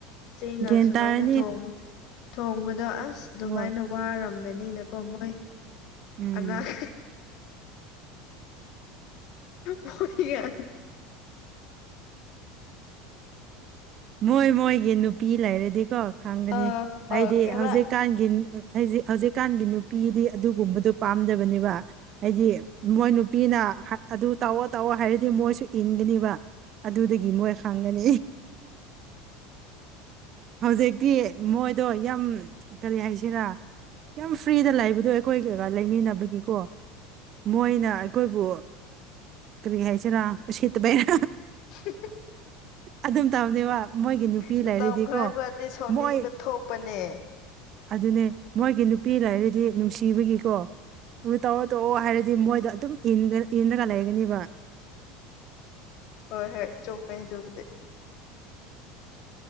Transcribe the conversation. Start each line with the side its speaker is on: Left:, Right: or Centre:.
Left: ꯏꯆꯦꯩꯅ
Right: ꯒ꯭ꯌꯥꯟ
Left: ꯁꯨꯃꯥꯏꯅ
Right: ꯇꯥꯔꯅꯤ
Left: ꯊꯣꯡ ꯊꯣꯡꯕꯗꯣ ꯑꯁ ꯑꯁ ꯑꯗꯨꯃꯥꯏꯅ
Right: ꯍꯣꯏ
Left: ꯋꯥꯔꯝꯒꯅꯤꯅꯀꯣ ꯃꯣꯏ
Right: ꯎꯝ
Left: ꯑꯉꯥꯡ ꯍ ꯌꯥ
Right: ꯃꯣꯏ ꯃꯣꯏꯒꯤ ꯅꯨꯄꯤ ꯂꯩꯔꯗꯤꯀꯣ ꯈꯪꯒꯅꯤ
Left: ꯑ
Right: ꯍꯥꯏꯗꯤ
Left: ꯑ ꯈꯔ
Right: ꯍꯧꯖꯤꯛꯀꯥꯟꯒꯤ ꯍꯧꯖꯤꯛ ꯍꯧꯖꯤꯀꯥꯟꯒꯤ ꯅꯨꯄꯤꯗꯤ ꯑꯗꯨꯒꯨꯝꯕꯗꯣ ꯄꯥꯝꯖꯕꯅꯦꯕ ꯍꯥꯏꯗꯤ ꯃꯣꯏ ꯅꯨꯄꯤꯅ ꯑꯗꯨ ꯇꯧꯑꯣ ꯇꯧꯑꯣ ꯍꯥꯏꯔꯗꯤ ꯃꯣꯏꯁꯨ ꯏꯟꯒꯅꯤꯕ ꯑꯗꯨꯗꯒꯤ ꯃꯣꯏ ꯈꯪꯒꯅꯤ ꯍꯧꯖꯤꯛꯇꯤ ꯃꯣꯏ ꯑꯗꯣ ꯌꯥꯝ ꯀꯔꯤ ꯍꯥꯏꯁꯤꯔꯥ ꯌꯥꯝ ꯐ꯭ꯔꯤꯗ ꯂꯩꯕꯗꯣ ꯑꯩꯈꯣꯏ ꯀꯩꯀꯥ ꯂꯩꯃꯤꯟꯅꯕꯒꯤꯀꯣ ꯃꯣꯏꯅ ꯑꯩꯈꯣꯏꯕꯨ ꯀꯔꯤ ꯍꯥꯏꯁꯤꯔꯥ ꯎꯁꯤꯠꯇꯕꯩꯔꯥ
Left: <unintelligible> <inaudible>
Right: ꯑꯗꯨꯝ ꯇꯕꯅꯦꯕ ꯃꯣꯏꯒꯤ ꯅꯨꯄꯤ
Left: ꯃꯇꯝ
Right: ꯂꯩꯔꯗꯤꯀꯣ
Left: ꯈꯔ ꯈꯔꯗꯤ ꯁꯥꯎꯅꯤꯡꯕ
Right: ꯃꯣꯏ
Left: ꯊꯣꯛꯄꯅꯦ
Right: ꯑꯗꯨꯅꯦ ꯃꯣꯏꯒꯤ ꯅꯨꯄꯤ ꯂꯥꯏꯔꯗꯤ ꯅꯨꯡꯁꯤꯕꯒꯤꯀꯣ ꯑꯗꯨ ꯇꯧꯑꯣ ꯇꯧꯑꯣ ꯍꯥꯏꯔꯗꯤ ꯃꯣꯏꯗ ꯑꯗꯨꯝ ꯏꯟꯔꯒ ꯂꯩꯒꯅꯦꯕ
Left: ꯍꯣꯏ ꯆꯃꯦ ꯑꯗꯨꯕꯗ